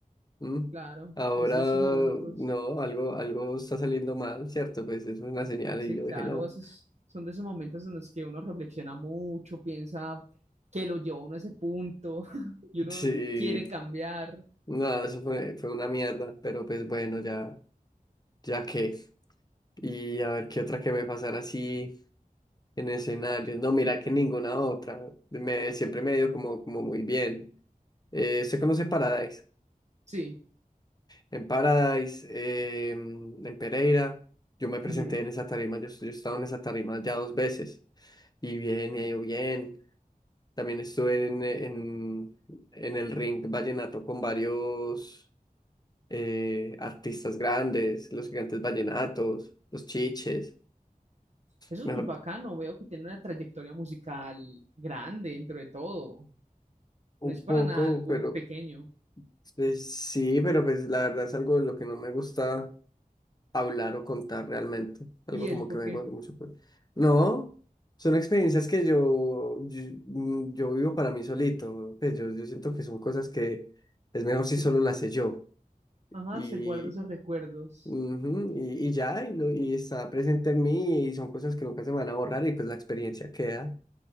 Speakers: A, on the left; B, on the right.
A: ¿m?
B: claro,
A: Ahora,
B: es de esos momentos.
A: no, algo, algo está saliendo mal, ¿cierto? Pues eso es una señal
B: Sí,
A: y yo
B: claro,
A: dije, no,
B: esos son de esos momentos en los que uno reflexiona mucho, piensa que lo llevó uno a ese punto <laughs> y uno
A: sí,
B: quiere cambiar.
A: no, eso fue, fue una mierda, pero pues bueno, ya, ya qué. Y a ver qué otra que me pasara así en escenarios. No, mira que ninguna otra. Me, siempre me ha ido como, como muy bien. Eh, ¿usted conoce Paradise?
B: Sí,
A: En Paradise, eh, en Pereira, yo me presenté
B: ujú.
A: en esa tarima. Yo, yo he estado en esa tarima ya dos veces. Y bien, me ha ido bien. También estuve en, en, en el ring vallenato con varios eh, artistas grandes, los gigantes vallenatos, los chiches.
B: Eso
A: Mejor
B: es muy bacano. Veo que tiene una trayectoria musical grande dentro de todo.
A: un
B: No es para
A: poco,
B: nada algo
A: pero
B: pequeño.
A: Pues sí, pero pues la verdad es algo de lo que no me gusta hablar o contar realmente. Algo
B: Y eso
A: como
B: porque
A: que me gusta mucho. pues. No, son experiencias que yo, yo, mm, yo vivo para mí solito. Pues yo, yo siento que son cosas que es mejor si
B: se,
A: solo las sé yo.
B: ajá,
A: Y,
B: se guarda esos recuerdos.
A: ujú, y, y ya, y, lo- y está presente en mí y son cosas que nunca se me van a borrar y pues la experiencia queda.